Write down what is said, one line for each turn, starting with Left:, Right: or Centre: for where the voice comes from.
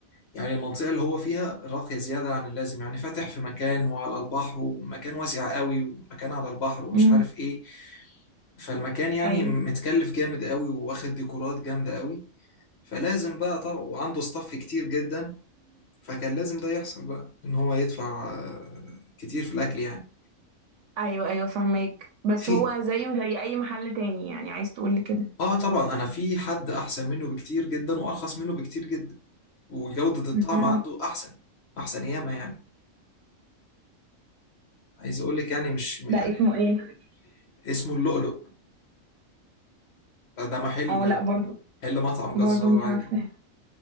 Left: يعني المنطقة اللي هو فيها راقية زيادة عن اللازم يعني فاتح في مكان وعلى البحر ومكان واسع قوي ومكان على البحر ومش
Right: امم
Left: عارف ايه فالمكان يعني
Right: ايوه
Left: متكلف جامد قوي واخد ديكورات جامدة قوي فلازم بقى طبعا وعنده ستاف كتير جدا فكان لازم ده يحصل بقى ان هو يدفع آه، كتير في الاكل يعني
Right: ايوه ايوه فهماك بس
Left: في
Right: هو زيه زي اي محل تاني يعني عايز تقول لي كده
Left: اه طبعا انا في حد احسن منه بكتير جدا وارخص منه بكتير جدا وجودة الطعم
Right: امم
Left: عنده احسن احسن ياما يعني عايز اقول لك يعني مش يعني
Right: ده اسمه ايه
Left: اسمه اللؤلؤ ده محل
Right: اه لا برضو
Left: محل مطعم
Right: برضو
Left: جزار
Right: مش
Left: عادي
Right: عارفه